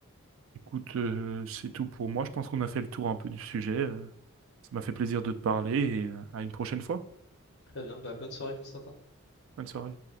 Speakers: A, on the right (about 60°); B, on the left (about 50°).
A: Écoute, euh, c'est tout pour moi. Je pense qu'on a fait le tour un peu du sujet. euh, ça m'a fait plaisir de te parler et euh, à une prochaine fois.
B: Très bien, bah bonne soirée Constantin.
A: Bonne soirée.